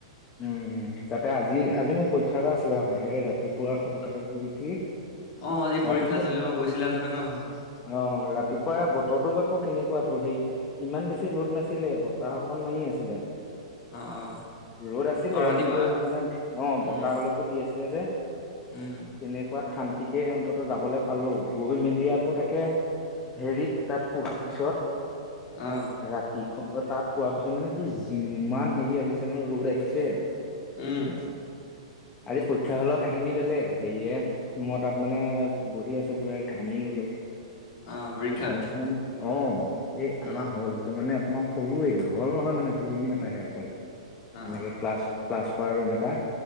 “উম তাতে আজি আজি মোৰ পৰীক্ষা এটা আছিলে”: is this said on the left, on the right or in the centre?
Left